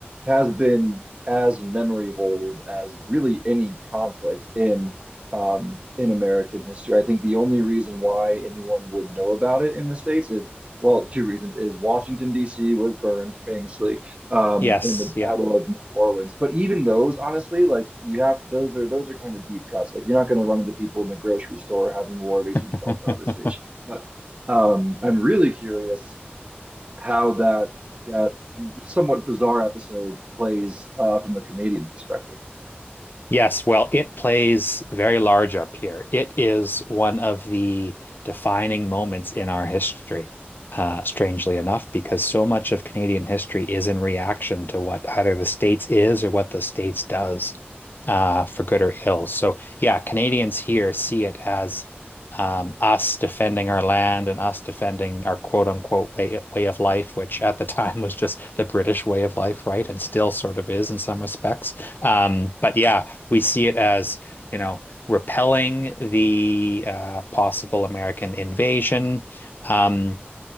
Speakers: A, on the right; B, on the left.
A: has been as memory hold as really any conflict in um in American history. I think the only reason why anyone would know about it in the States is well, two reasons is Washington, D.C. was burned famously um,
B: yes,
A: in the Battle
B: yeah.
A: of New Orleans. But even those, honestly, like you have those are those are kind of deep cuts. Like you're not going to run into people in the grocery store having War of 1812
B: <laughs>
A: conversations. But um, I'm really curious how that that somewhat bizarre episode plays uh, from a Canadian perspective.
B: Yes, well, it plays very large up here. It is one of the defining moments in our history, uh, strangely enough, because so much of Canadian history is in reaction to what either the States is or what the States does, uh, for good or ill. So, yeah, Canadians here see it as um, us defending our land and us defending our quote unquote way, way of life, which at the <laughs> time was just the British way of life, right? And still sort of is in some respects. Um, but yeah. We see it as, you know, repelling the uh, possible American invasion. Um,